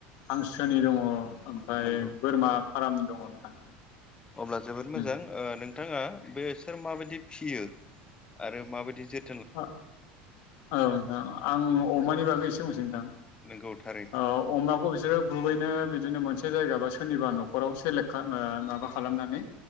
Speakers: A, on the left; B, on the left.
A: हांसोनि दङ ओमफ्राय
B: नंगौ
A: बोरमा फाराम दङ नोंथां
B: अब्ला जोबोद मोजां
A: उम
B: ओ नों नोंथाङा बे सोर माबायदि फिसियो आरो माबायदि जो
A: औ नोंथां आं अमानि बागै एसे बुसै नोंथां
B: नामा नंगौ थारैनो
A: अ अमाखौ बिसोरो बु थुबैनो बिदिनो मोनसे जायगा बा सोरनिबा न'खराव सेलेक्ट माबा खालामनानै